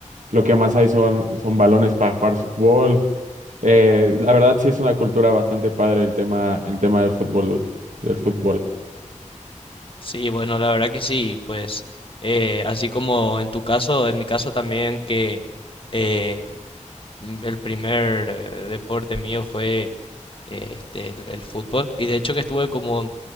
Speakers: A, on the right (about 75°); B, on the left (about 45°).
A: lo que más hay son, son balones para jugar fútbol. Eh, la verdad sí es una cultura bastante padre el tema, el tema del fútbol, del fútbol.
B: Sí, bueno, la verdad que sí, pues eh, así como en tu caso, en mi caso también que eh, m- el primer eh, deporte mío fue este, el, el fútbol. Y de hecho que estuve como